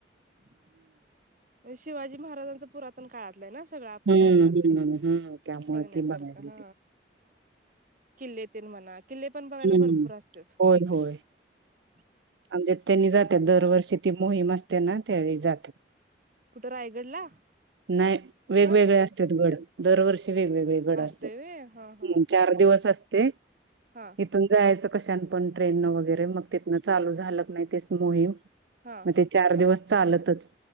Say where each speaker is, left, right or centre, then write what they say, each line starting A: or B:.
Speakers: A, on the right; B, on the right.
A: <inaudible> म्हणजे शिवाजी महाराजांच पुरातन काळातलं आहे ना सगळ आपल्या
B: हम्म
A: भारतात
B: हम्म हम्म त्यामुळे
A: बघण्यासारखं
B: ती बघायला
A: ह
B: येते.
A: किल्लेतेन म्हणा किल्ले पण बघायला
B: हम्म
A: भरपूर असत्यात.
B: होय होय
A: <inaudible>
B: आमच्यात त्यांनी जात्यात दरवर्षी ती मोहीम असते ना त्यावेळी. जात्यात.
A: कुठं रायगडला
B: नाही वेगवेगळे
A: हा
B: असत्यात गड दरवर्षी जा वेवेगळे गड असत्यात
A: असते व हा हा
B: म चार दिवस असते.
A: हा
B: इथून जायचं कशा न पण ट्रेनन वगैरे मग तिथनं चालू झाल क नही तेच मोहीम
A: हा
B: मग ते चार दिवस चालतच.